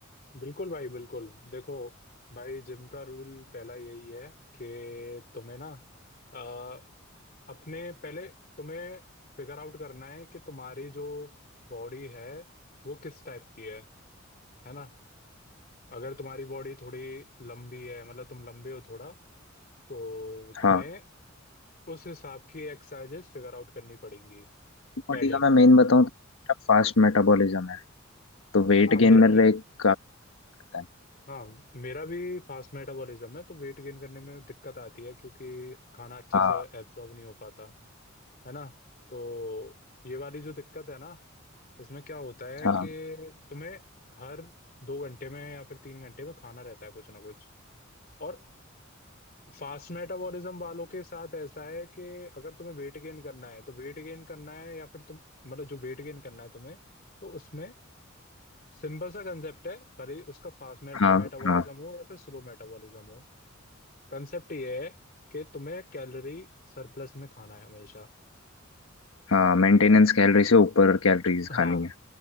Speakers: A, on the left (about 45°); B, on the left (about 80°).
A: बिल्कुल भाई बिल्कुल देखो भाई जिम का रूल पहला यही है कि तुम्हें ना आ, अपने पहले तुम्हें फिगर आउट करना है कि तुम्हारी जो बॉडी है वो किस टाइप की है है ना अगर तुम्हारी बॉडी थोड़ी लंबी है मतलब तुम लंबे हो थोड़ा तो तुम्हें
B: हाँ
A: उस हिसाब की एक्सरसाइजेस फिगर आउट करनी पड़ेंगी
B: बॉडी
A: पहले
B: का मैं मेन बताऊँ तो फास्ट मेटाबॉलिज्म है तो वेट
A: हाँ मेरा
B: गेन मेरा
A: भी है
B: एक काफी रहता है
A: हाँ मेरा भी फास्ट मेटाबॉलिज्म है तो वेट गेन करने में दिक्कत आती है क्योंकि खाना अच्छे
B: हाँ
A: से एब्जॉर्ब नहीं हो पाता है ना तो ये वाली जो दिक्कत है ना इसमें क्या होता है
B: हाँ
A: कि तुम्हें हर दो घंटे में या फिर तीन घंटे में खाना रहता है कुछ ना कुछ और फास्ट मेटाबॉलिज्म वालों के साथ ऐसा है कि अगर तुम्हें वेट गेन करना है तो वेट गेन करना है या फिर तुम मतलब जो वेट गेन करना है तुम्हें तो उसमें सिंपल सा कंसेप्ट है भले ही उसका फास्ट
B: हाँ
A: मेटाबॉलिज्म
B: हाँ
A: हो या फिर स्लो मेटाबॉलिज्म हो कंसेप्ट ये है कि तुम्हें कैलोरी सरप्लस में खाना है हमेशा
B: हाँ मेंटेनेंस कैलोरी से ऊपर कैलोरीज
A: हाँ
B: खानी है